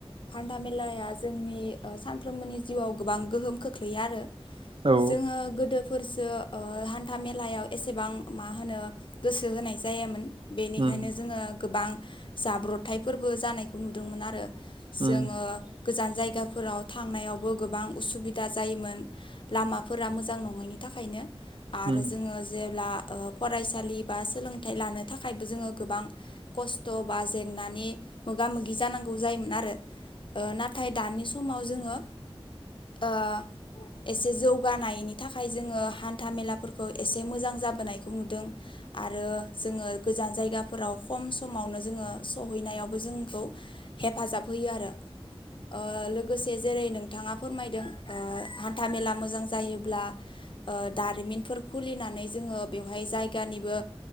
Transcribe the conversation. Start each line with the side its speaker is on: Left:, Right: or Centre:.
Left: हान्था मेलाया जोंनि ओ सानफ्रोमबोनि जिउआव गोबां गोहोम खोख्लैयो आरो।
Right: हागोन ना औ
Left: जोङो गोदोफोर सो ओ हान्था मेलायाव एसेबां मा होनो गोसो होनाय जायामोन। बेनिखायनो
Right: उम
Left: जोङो गोबां जाब्रथायफोरबो जानायखौ नुदोंमोन आरो। जोङो
Right: उम
Left: गोजान जायगाफोराव थांनायावबो गोबां उसुबिदा जायोमोन लामाफोरा मोजां नङैनि था थाखायनो आरो
Right: उम
Left: जोङो जेब्ला ओ फरायसालि बा सोलोंथाइ लानो थाखायबो जोङो गोबां खस्थ' बा जेंनानि मोगा मोगि जानांगौ जायोमोन आरो। नाथाय दानि समाव जोङो ओ एसे जौगानायनि थाखाय जोङो हान्था मेलाफोरखौ एसे मोजां जाबोनायखौ नुदों आरो जोङो गोजान जायगाफोराव खम समावनो जोङो सहैनायावबो जोंखौ हेफाजाब सफैयो आरो ओ लोगोसे जेरै नोंथाङा फोरमायदों हान्था मेला मोजां जायोब्ला दारिमिनफोर खुलिनानै जोङो बेवहाय जायगानिबो